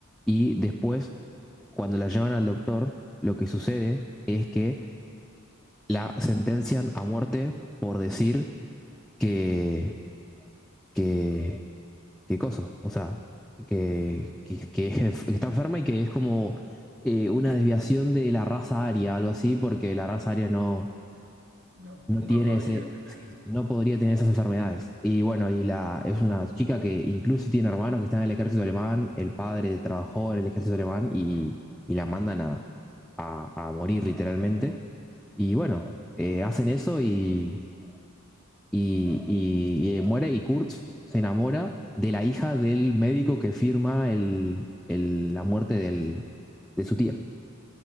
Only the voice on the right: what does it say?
ujú.
No,
no
podría
tener
eso.